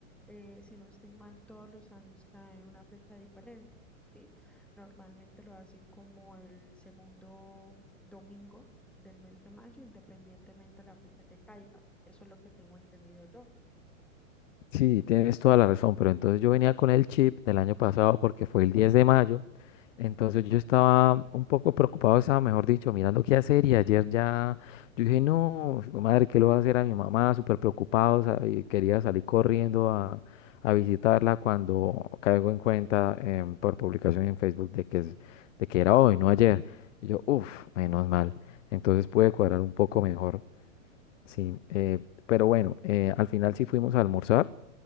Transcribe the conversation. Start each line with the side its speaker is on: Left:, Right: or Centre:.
Centre: Eh, si no estoy mal, todos los años cae una fecha diferente, ¿sí? Normalmente lo hacen como el segundo domingo del mes de mayo, independientemente de la fecha que caiga. Eso es lo que tengo entendido yo.
Left: Sí, tienes toda la razón, pero entonces yo venía con el chip del año pasado porque fue el 10 de mayo, entonces yo estaba un poco preocupado, estaba, mejor dicho, mirando qué hacer y ayer ya, yo dije, no, su madre, ¿qué le voy a hacer a mi mamá? Súper preocupado, sa- y quería salir corriendo a, a visitarla cuando caigo en cuenta em, por publicación en Facebook de que, es- de que era hoy, no ayer. Y yo, uff, menos mal, entonces pude cuadrar un poco mejor, sí, eh, pero bueno, eh, al final sí fuimos a almorzar.